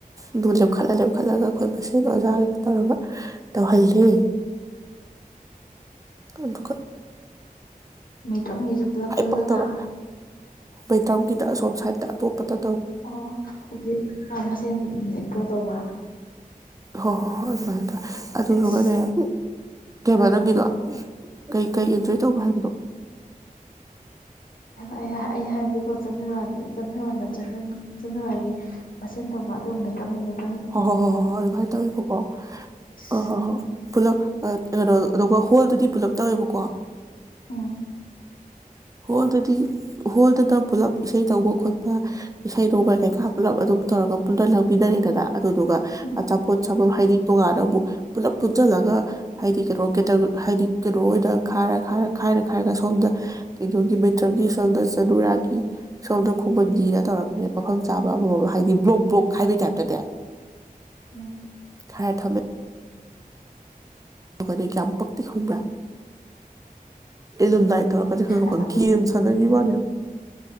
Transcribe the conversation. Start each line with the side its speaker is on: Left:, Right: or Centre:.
Right: ꯑꯗꯨ ꯂꯦꯝꯈꯠꯂ ꯂꯦꯦꯝꯈꯠꯂꯒ ꯑꯩꯈꯣꯏ ꯃꯁꯦꯟ ꯑꯣꯖꯥꯒꯒ ꯇꯧꯔꯒ ꯇꯧꯍꯜꯂꯤ ꯑꯗꯨꯗꯨꯀꯠ
Left: ꯃꯩꯇ꯭ꯔꯝꯒꯤꯁꯨ ꯄꯨꯂꯞ ꯄꯨꯜꯂꯒ
Right: ꯄꯛꯇꯕ ꯃꯩꯇ꯭ꯔꯝꯒꯤꯅ ꯑꯁꯣꯝ ꯁꯥꯏꯗꯠꯇ ꯑꯇꯣꯞꯄ ꯇ
Left: ꯑꯣ ꯑꯗꯨꯗꯤ ꯃꯁꯦꯟ ꯑꯦꯟꯇ꯭ꯔꯣ ꯇꯧꯕ
Right: ꯍ ꯍꯣ ꯍ ꯑꯗꯨꯃꯥꯏ ꯑꯗꯨꯗꯨ
Left: ꯑꯦꯁ
Right: ꯀꯅꯦ ꯀꯦꯕ
Left: ꯑꯥ
Right: ꯅꯪꯒꯤꯗꯣ ꯀꯩ ꯀꯩ ꯑꯦꯟꯖꯣꯏ ꯇꯧꯕ ꯍꯥꯏꯕꯗꯣ
Left: ꯑꯩ ꯑꯩ ꯍꯥꯏꯕꯗꯤꯀꯣ ꯆꯅꯨꯔ ꯆꯅꯨꯔꯥꯗ ꯆꯅꯨꯔꯥꯒꯤ ꯃꯁꯦꯟ ꯇꯧꯕ ꯑꯗꯨꯒꯨꯝꯕꯇ꯭ꯔꯝ ꯅꯨꯃꯤꯠ
Right: ꯑꯣ ꯍꯣ ꯍ ꯍ
Left: ꯏꯁ
Right: ꯍꯣ
Left: ꯎꯝ
Right: ꯄꯨꯂꯞ ꯀꯩꯅꯣ ꯑꯗꯨꯒ ꯍꯣꯜꯗꯗꯤ ꯄꯨꯂꯞ ꯇꯧꯋꯦꯕꯀꯣ
Left: ꯑꯣ
Right: ꯍꯣꯜꯗꯗꯤ ꯍꯣꯜꯗꯅ ꯄꯨꯂꯞ ꯏꯁꯩ ꯅꯧꯕ ꯈꯣꯠꯄ ꯏꯁꯩ ꯅꯣꯡꯃ ꯀꯩꯀꯥ ꯄꯨꯜꯂꯞ ꯑꯗꯨꯝ ꯇꯧꯔꯒ ꯄꯨꯂ ꯂꯥꯡꯃꯤꯟꯅꯔꯦꯗꯅ ꯑꯗꯨꯗꯨꯒ
Left: ꯎꯝ
Right: ꯑꯆꯥꯄꯣꯠ ꯆꯐꯝ ꯍꯥꯏꯗꯤ ꯇꯣꯉꯥꯟꯅ ꯑꯃꯨꯛ ꯄꯨꯂꯞ ꯄꯨꯟꯁꯤꯜꯂꯒ ꯍꯥꯏꯗꯤ ꯀꯩꯅꯣ ꯀꯇ ꯍꯥꯏꯗꯤ ꯀꯩꯅꯣ ꯑꯣꯏꯅ ꯈꯥꯏꯔ ꯈꯥꯔ ꯈꯥꯏꯔ ꯈꯥꯏꯔꯒ ꯁꯣꯝꯗ ꯀꯩꯅꯣꯒꯤ ꯃꯩꯇ꯭ꯔꯛꯒꯤ ꯁꯣꯗ ꯆꯂꯨꯔꯥꯒꯤ ꯁꯣꯝꯗ ꯈꯣꯡꯃꯟꯒꯤꯅ ꯇꯧꯔꯛꯄꯅꯦ ꯃꯐꯝ ꯆꯥꯕ ꯑꯃꯃꯝ ꯍꯥꯏꯗꯤ ꯕ꯭ꯂꯣꯛ ꯕ꯭ꯂꯣꯛ ꯍꯥꯏꯕꯩ ꯇꯥꯏꯞꯇꯅꯦ
Left: ꯎꯝ
Right: ꯈꯔ ꯊꯝꯃꯦ ꯅꯤ ꯀꯌꯥꯝ ꯄꯛꯇꯤ ꯈꯪꯕ꯭ꯔꯥ ꯑꯦꯂꯨꯝꯗꯥꯏ ꯇꯧꯔꯒꯗꯤ ꯈꯪꯕ
Left: ꯑꯆꯥꯄꯣꯠ
Right: ꯒꯦꯝ
Left: ꯀꯩꯀꯩ
Right: ꯁꯥꯟꯅꯒꯤ
Left: ꯄꯤꯖꯒꯦ
Right: ꯋꯥ